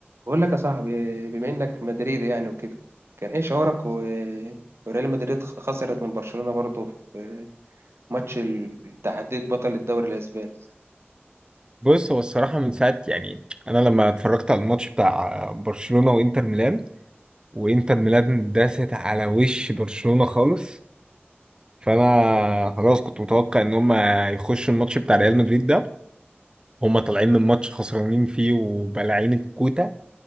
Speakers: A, on the right; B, on the right.
A: بقول لك يا صاحبي بما انك مدريدي يعني وكده كان ايه شعورك و... وريال مدريد خسرت من برشلونة برضه في ماتش ال- تحديد بطل الدوري الاسباني
B: بص هو الصراحة من ساعة يعني أنا لما اتفرجت على الماتش بتاع برشلونة وإنتر ميلان وإنتر ميلان داست على وش برشلونة خالص فأنا خلاص كنت متوقع إن هما يخشوا الماتش بتاع ريال مدريد ده هما طالعين من ماتش خسرانين فيه وبلاعين الكوتة